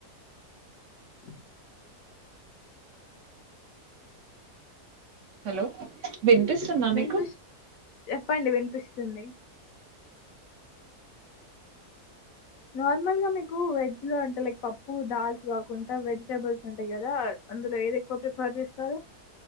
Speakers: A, on the left; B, on the right.
A: అ
B: హలో వినిపిస్తుంద
A: వినిపిస్
B: మీకు
A: చెప్పండి వినిపిస్తుంది. నార్మల్ గా మీకు వెజ్ లో అంటే లైక్ పప్పు దాల్స్ కాకుండా వెజిటేబుల్స్ ఉంటాయి కదా అందులో ఏది ఎక్కువ ప్రిఫర్ చేస్తారు